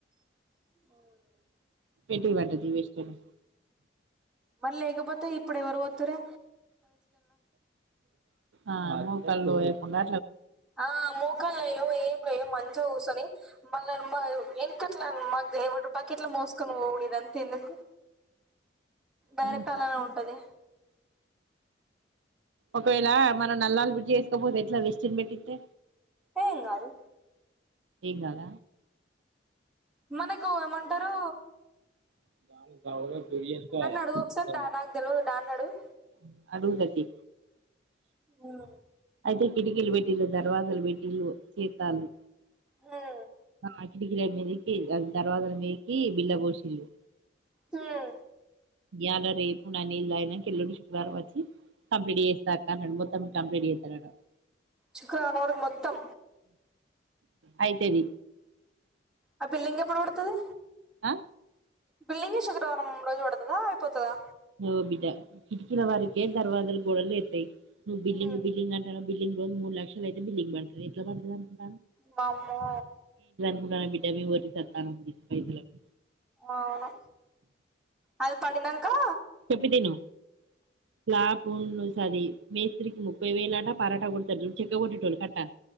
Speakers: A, in the centre; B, on the right.
A: హ
B: ఎటువంటిది వెస్ట్రన్
A: మరి లేకపోతే ఇప్పుడు ఎవరు పోతుర్రే
B: ఆహ్ నూకల్ పోయకుండా
A: ఆహ్ మూకాలు ఏం పొయావ్ మంచిగా కూసొని మళ్ళ మా ఎన్క ట్ల మాక్ బకిట్లు మోసుకొని పోవుడు ఇదంతెందుకు డైరెక్ట్
B: ఆహా
A: అలానే ఉంటది
B: ఒకవేళ మనం నల్లాల్ ఫిట్ చెసుకోపోతే ఎట్లా వెస్టిన్ పెట్టితే
A: ఎంగాదు
B: ఏంగాద
A: మనకు ఏమంటరూ
B: <unintelligible>
A: అడుగు ఒకసారి డా నాకు తెలవదు డాడీని అడుగు
B: అడవిలోకి
A: హ్మ్
B: అయితే కిటికీలు పెట్టిలు దర్వాజాలు పెట్టిలు చెత్తాలు
A: హ్మ్మ్
B: హ కిటికీల మిదికి దర్వాజల మిదికి బీల్ల గోశిల్లు
A: హ్మ్మ్
B: గియాల రేపు నా నీల్ తగినంక ఎల్లుండి శుక్రవారం ఒచ్చి కంప్లీట్ చేస్తా అక్క అన్నడు మొత్తం కంప్లీట్ చేత్తదట
A: శుక్రవారం వరికు మొత్తం
B: అయితెదీ
A: ఆ బిల్డింగ్ ఎప్పుడు పడుతది
B: ఆ
A: బిల్డింగే శుక్రవారం రోజు పడుతదా అయిపోతదా
B: వో బిడ్డ కిటికిల వారకే దర్వాజాలు గోడలు లెత్తయ్ నువ్ బిల్డింగ్
A: ఉమ్
B: బిల్డింగ్ అంటానవ్ బిల్డింగ్ రోజు మూడు లక్షలయితే బిల్డింగ్ పడుతది ఎట్ల పడతదనుకున్
A: వామ్మో
B: రా బిడ్డ మేమ్ ఒర్రి సత్తానం గి పైసలకు
A: అవును అది పడినంకా
B: చేపిటిని లా మ్మ్ సరీ మేస్తికి ముప్పైవేలట పరాట గోడతే చెక్క కొట్టేటోళ్ళు కట్టా